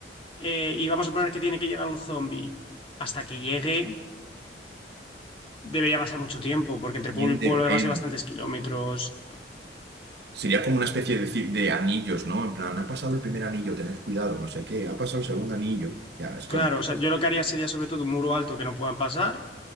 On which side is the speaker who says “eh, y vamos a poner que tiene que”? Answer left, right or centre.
Left